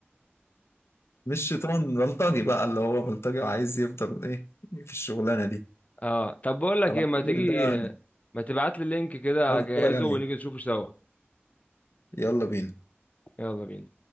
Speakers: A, on the left; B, on the left.
A: مش شيطان بلطجي بقى اللي هو بلطجي وعايز يفضل ايه في الشغلانة دي
B: اه طب بقول لك
A: هبعتهولك
B: ايه ما تيجي
A: ده
B: ما تبعت لي اللينك كده
A: آه، نتفرج
B: اجهزه
A: عليه
B: ونيجي نشوفه سوا
A: يلا بينا
B: يلا بينا